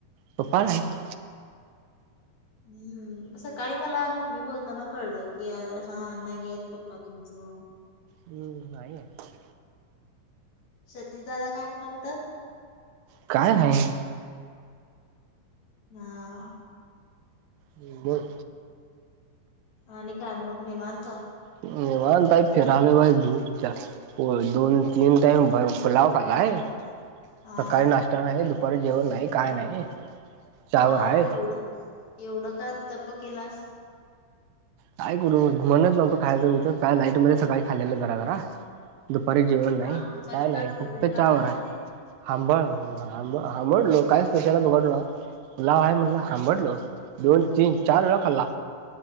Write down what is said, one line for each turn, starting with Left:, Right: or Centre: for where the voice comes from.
Right: पप्पा नाहीत.
Left: हम्म सकाळी मला मम्मी बोलताना कळलं की हा नाईत पप्पा तुमचं. हो.
Right: हम्म नाही हैत.
Left: सतीश दादा काय म्हणालतात?
Right: काय नाही.
Left: हां.
Right: हमम बोल.
Left: आणि काय मग निवांत.
Right: निवांत हाय फिरालोय बाई झोप जास्त होय दोन तीन टाइम बाई पुलाव खाललाय. नाही
Left: हा
Right: सकाळी नास्टा नाही दुपारी जेवण नाही काय नाही. चहावर
Left: का
Right: आहे
Left: एवढंच एवढं का तप केलास?
Right: काय करू मनच नव्हतं खायायचं <unintelligible> काय लाईट मध्ये सकाळी खाल्लेलं जरा जरा. दुपारी जेवण नाही
Left: का मनकाड
Right: काय नाही
Left: म्हणजे
Right: फक्त
Left: का
Right: चावर
Left: खाल्ला
Right: हाय
Left: नाही
Right: हांबळ हांबळ हांबाळा. हांबडलो काय फुशाला दुघडला लाव हाय म्हटलं
Left: हम्म.
Right: हांबडलो. दोन, तीन, चार वेळा खाल्ला